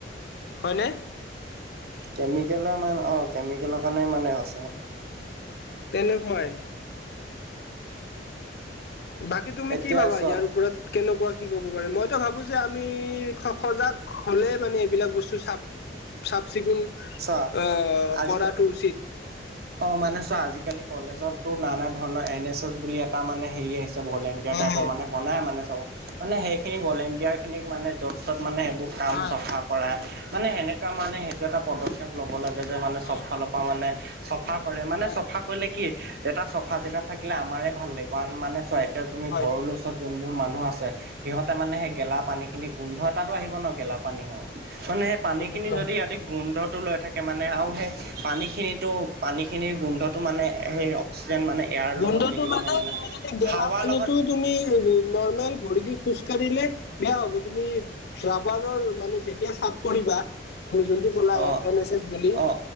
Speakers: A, on the left; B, on the right.
A: হয়নে?
B: কেমিকেলৰ মানে অ' কেমিকেলৰ কাৰণে মানে হৈছে।
A: তেনেকুৱাই বাকী তুমি
B: এতিয়া
A: কি ভাবা ইয়াৰ
B: চোৱা
A: ওপৰত? কেনেকুৱা কি ক'ব পাৰে, মইতো ভাবো যে আমি সজাগ হ'লে মানে এইবিলাক বস্তু চাপ চাফ চিকুণ
B: চোৱা
A: আহ
B: আজি
A: কৰাটো উচিত।
B: অ' মানে চোৱা আজিকালি কলেজত টো নানা ধৰণৰ এন এছ এছ বুলি এটা মানে হেৰি আহিছে ভলে কিয়া
A: হয়
B: টাইপৰ মানে বনাই মানে চব মানে সেইখিনি ভলেণ্টিয়াৰ খিনিক মানে য'ত ত'ত মানে সেইবোৰ কাম
A: হয়
B: চফা
A: হয়
B: কৰাই মানে সেনেকুৱা মানে সেইটো এটা পদক্ষেপ লব লাগে যে মানে
A: হয়
B: চব ফালৰ পৰা মানে চফা কৰে মানে,
A: হয়
B: চফা কৰিলে কি এটা চফা জেগাত থাকিলে আমাৰে ভাল লাগিব আন মানে চোৱা এতিয়া তুমি
A: হয়
B: ভৰলু
A: হয়
B: ত' যোনবোৰ মানুহ আছে সিহঁতে মানে সেই গেলা পানী খিনি গোন্ধ এটাতো আহিব ন, গেলা পানী হয়। মানে
A: হয়
B: পানী
A: গোন্ধটো
B: খিনি
A: আহে
B: যদি ৰাতি গোন্ধটো লৈ থাকে মানে আৰু সেই পানীখিনিতো, পানীখিনিৰ গোন্ধটো মানে সেই অক্সিজেন মানে এয়াৰ
A: গোন্ধটো
B: লগত মিলি কিনে
A: মানে, তুমি যদি গেলা
B: হাৱাৰ
A: পানীতো
B: লগত
A: তুমি নৰ্মেল ভৰি দি খোজ কাঢ়িলে বেয়া হ'ব, তুমি ৰাবাৰৰ মানে যেতিয়া চাফ কৰিবা, যোনটো ওলাই,
B: অ
A: এন এছ এছ বুলি,
B: অ